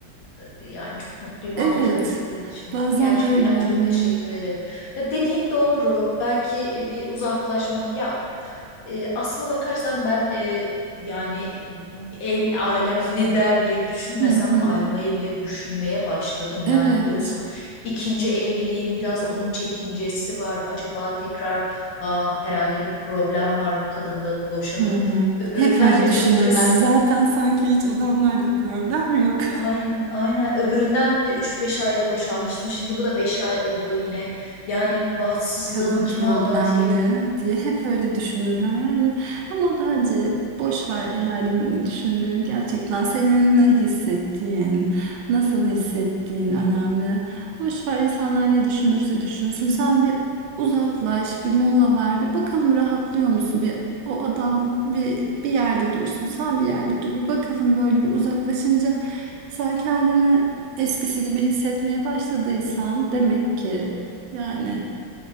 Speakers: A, on the left; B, on the right.
A: e, yani çok mutluyum
B: Evet.
A: anlatabildiğim için.
B: Bazen
A: Gerçekten
B: öyle oluyor.
A: çok teşekkür ederim. Ya dediğin doğru. Belki bir uzaklaşmak ya e, aslına bakarsan ben e, yani el alem <laughs> ne der diye düşünmesem
B: Hı hı. hı.
A: ayrılmayı bile düşünmeye başladım. Yani
B: Evet.
A: biliyorsun ikinci evliliğim biraz onun çekincesi var. Acaba tekrar ah, herhalde bir problem var bu kadında boşanıp
B: Hı hı.
A: öbüründen
B: Hep öyle
A: de
B: düşünürler.
A: çok kız.
B: Zaten sanki hiç adamlarda problem yok. <laughs>
A: Aynen, aynen. Öbüründen de üç beş ayda boşanmıştım. Şimdi bu da 5 ay oldu yine. Yani bahtsızlığımı
B: kadın
A: kime
B: problemli
A: anlatayım?
B: diye hep öyle düşünürler yani ama bence boş ver el alemin ne düşündüğünü gerçekten senin ne hissettiğin nasıl hissettiğin önemli boş ver insanlar ne düşünürse düşünsün sen bir uzaklaş bir mola ver bir bakalım rahatlıyor musun bir o adam bir bir yerde dursun sen bir yerde dur bir bakalım böyle bir uzaklaşınca sen kendini eskisi gibi hissetmeye başladıysan demek ki yani